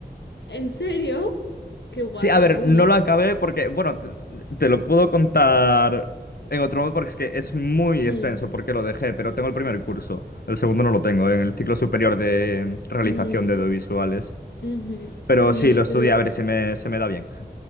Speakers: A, on the left; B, on the left.
A: ¿En serio? Qué guay,
B: Sí, a
A: en
B: ver,
A: la uni.
B: no lo acabé porque, bueno, te, te lo puedo contar en otro modo porque es que es muy
A: Mm,
B: extenso porque lo dejé, pero tengo el primer curso. El segundo no lo tengo, en el ciclo superior de realización
A: mm,
B: de audiovisuales.
A: ujú.
B: Pero
A: Y
B: sí, lo
A: pero,
B: estudié, a ver, se me, se me da bien.